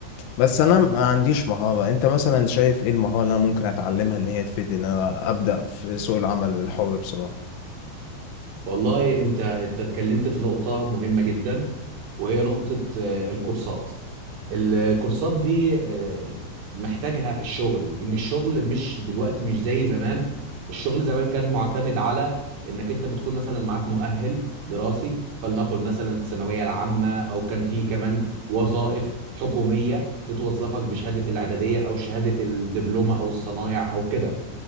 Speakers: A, on the left; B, on the right.
A: بس انا ما عنديش مهارة انت مثلا شايف ايه المهارة اللي انا ممكن اتعلمها ان هي تفيدني ان انا ابدأ في سوق العمل الحر بسرعة
B: والله انت انت اتكلمت في نقطة مهمة جدا وهي نقطة آه، الكورسات الكورسات دي آه، محتاجها الشغل ان الشغل مش دلوقتي مش زي زمان الشغل زمان كان معتمد على انك انت بتكون مثلا معاك مؤهل دراسي فلنقل مثلا الثانويه العامه او كان في كمان وظائف حكوميه بتوظفك بشهاده الاعداديه او شهاده الدبلومه او الصنايع او كده